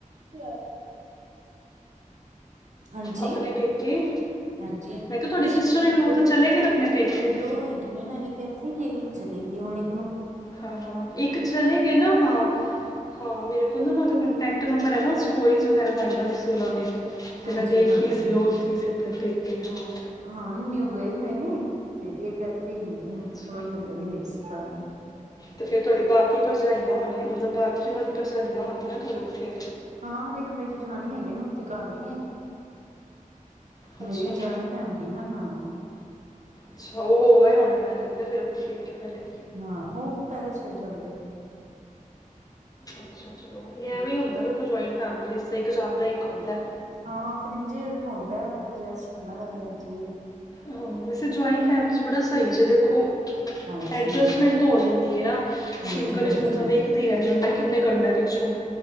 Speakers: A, on the right (about 60°); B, on the left (about 25°).
A: ਹੋ <unintelligible> ਹਾਂਜੀ
B: ਆਪਣੇ ਪੇਕੇ
A: ਹਾਂਜੀ
B: ਮੈਂ ਕਿਹਾ ਤੁਹਾਡੀ
A: ਨਈ
B: ਸਿਸਟਰ
A: ਇੱਕ
B: ਇਨ ਲੋ
A: ਦੋਦੋ
B: ਤਾਂ ਚਲੇ ਗਏ ਨੇ ਆਪਣੇ ਪੇਕੇ
A: ਹੈਗੇ ਨੇ ਨਾ ਇੱਕ ਯਹੀ ਕੁਛ ਲੈ ਲੀਆ ਆਨਲਾਈਨ
B: ਹਾਂ ਇੱਕ ਚਲੇ ਗਏ ਨਾ ਹਾਂ। ਹਾਂ ਮੇਰੇ ਕੋਲ ਨਾ ਉਹ ਦਾ ਕੋਂਟੈਕਟ ਨੰਬਰ ਹੈ ਨਾ ਸਟੋਰੀਜ਼ ਵਗੈਰਾ ਪਾਈਆਂ ਸੀ ਉਹ ਨੇ ਤੇ
A: ਹਾਂਜੀ
B: ਮੈਂ ਦੇਖੀ
A: ਹਾਂਜੀ
B: ਸੀ ਉਹ ਉੱਥੇ ਸੀ ਪੇਕੇ ਤੇ ਹੋਰ
A: ਹਾਂ ਨਿਊ ਗਏ ਹੋਏ ਨੇ ਤੇ ਇਕ ਇੱਥੇ ਹੀ ਨੇ
B: ਅੱਛਾ
A: ਉਹਨਾਂ ਨੂੰ ਮਿਲਣ ਹੀ ਗਈ ਸੀ ਕਲ
B: ਤੇ ਫੇਰ ਤੁਹਾਡੀ ਬਾਕੀ ਭਰਜਾਈਆਂ ਹੋਣੀ ਮਤਲਬ ਬਾਕੀ ਉਹਨਾਂ ਦੀ ਭਰਜਾਈਆਂ ਹੋਣੀਆਂ ਤੁ ਉੱਥੇ
A: ਹਾਂ ਇੱਕ ਮੇਰੀ ਜੇਠਾਣੀ ਹੈਗੇ ਨੇ ਉੱਥੇ ਘਾਰ ਹੀ ਨੇ। ਮੇਰੀ
B: ਅੱਛਾ
A: ਵੀ ਜੁਆਇੰਟ ਫੈਮਿਲੀ ਨਾ ਹਾਂ।
B: ਅੱਛਾ ਉਹ ਹੋ ਆ ਹੁਣੇ ਮੈਨੂੰ ਲੱਗਦਾ ਫਿਰ ਆਪਾਂ ਦੇਖੇ ਪਹਿਲੇ
A: ਹਾਂ ਉਹ ਪੈਦਲ ਚਲੇ ਜਾਂਦੇ ਨੇ
B: ਅੱਛਾ ਚਲੋ ਵਧੀਆ
A: ਨੇ
B: ਐਵੇਂ ਹੁੰਦਾ ਵੀ ਕੋਈ ਜੁਆਇੰਟ ਫੈਮਿਲੀ ਇੱਕ ਜਾਂਦਾ ਇੱਕ ਆਉਦਾ।
A: ਹਾਂ ਫਿਰ ਇੰਝੇ ਹੁੰਦਾ ਐਡਜਸਟ ਕਰਨਾ ਪੈਂਦਾ ਇੰਝੇ
B: ਹਾਂ ਵੈਸੇ ਜਇੰਟ ਫੈਮਿਲੀ 'ਚ ਬੜਾ ਸਹੀ ਦੇਖੋ
A: ਹਾਂਜੀ
B: ਐਡਜਸਟਮੈਂਟ ਤਾਂ ਹੋ ਜਾਂਦੀ ਹੈ ਨਾ
A: ਹਾਂਜੀ
B: ਸਿੰਗਲ
A: ਹਾਂਜੀ
B: ਇਚ ਬੰਦਾ ਵੇਖਦਾ ਹੀ ਰਹਿ ਜਾਂਦਾ ਕਿੰਨੇ ਘੰਟੇ ਹੈ ਪਿੱਛੋਂ